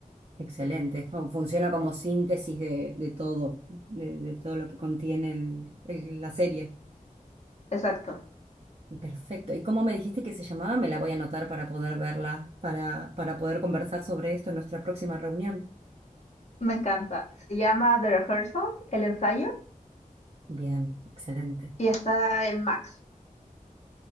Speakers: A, on the right; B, on the left.
A: excelente. Es como- Funciona como síntesis de, de todo, de, de todo lo que contiene el- el- la serie.
B: Exacto.
A: Perfecto. ¿Y cómo me dijiste que se llamaba? Me la voy a anotar para poder verla, para, para poder conversar sobre esto en nuestra próxima reunión.
B: Me encanta. Se llama The Rehearsal, el ensayo,
A: Bien, excelente.
B: y está en Max.